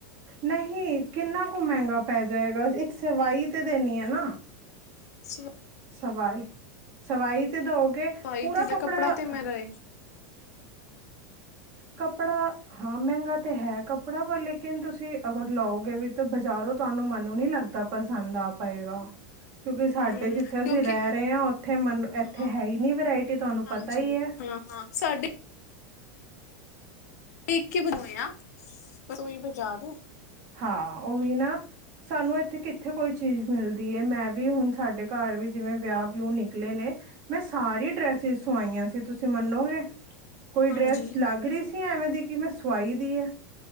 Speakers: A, on the right; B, on the left.
A: ਨਹੀਂ ਕਿੰਨਾ ਕੁ ਮਹਿੰਗਾ ਪੈ ਜਾਏਗਾ ਇੱਕ ਸਵਾਈ ਤੇ ਦੇਣੀ ਆ ਨਾ।
B: <unintelligible>
A: ਸਵਾਈ ਸਵਾਈ ਤੇ ਦੋਗੇ
B: ਸਵਾਈ
A: ਪੂਰਾ
B: ਤੇ ਦਾ
A: ਕੱਪੜਾ।
B: ਤੇ ਮਹਿੰਗਾ ਏ
A: ਕੱਪੜਾ ਹਾਂ ਮਹਿੰਗਾ ਤੇ ਹੈ ਕੱਪੜਾ। ਪਰ ਲੇਕਿਨ ਤੁਸੀਂ ਅਗਰ ਲਾਓਗੇ ਵੀ ਤਾਂ‌। ਬਜ਼ਾਰੋਂ ਤੁਹਾਨੂੰ ਮੈਨੂੰ ਨੀ ਲੱਗਦਾ ਪਸੰਦ ਆ ਪਾਏਗਾ? ਕਿਉਂਕਿ ਸਾਡੇ
B: ਹੂੰ
A: ਜਿੱਥੇ ਅਸੀਂ
B: ਕਿਉਂਕਿ
A: ਰਹਿ ਰਹੇ ਹਾਂ। ਉੱਥੇ ਮਨ ਇੱਥੇ
B: ਹਾਂ
A: ਹੈ। ਨੀ ਵਰਾਇਟੀ ਤੁਹਾਨੂੰ
B: ਹਾਂਜੀ
A: ਪਤਾ ਹੀ ਹੈ?
B: ਹਾਂ ਸਾਡੇ। ਦੇਖ ਕੇ ਬਣਾਇਆ ਆ ਪਰ ਕੋਈ ਬਚਾ ਦੋ।
A: ਹਾਂ ਉਹੀ ਨਾ ਸਾਨੂੰ ਇੱਥੇ ਕਿੱਥੇ ਕੋਈ ਚੀਜ਼ ਮਿਲਦੀ ਹੈ। ਮੈਂ ਵੀ ਹੁਣ ਸਾਡੇ ਘਰ। ਘਰ ਵਿੱਚ ਜਿਵੇਂ ਵਿਆਹ ਵਿਹ ਨਿਕਲੇ ਨੇ ਮੈਂ ਸਾਰੀ ਡਰੈਸਿਸ ਸਵਾਈਆਂ ਸੀ। ਤੁਸੀਂ ਮੰਨੋਗੇ? ਕੋਈ
B: ਹਾਂਜੀ
A: ਡਰੈਸ ਲੱਗ ਰਹੀ ਸੀ ਐਵੇਂ ਦੀ ਕਿ ਮੈਂ ਸਵਾਈ ਦੀ ਹੈ।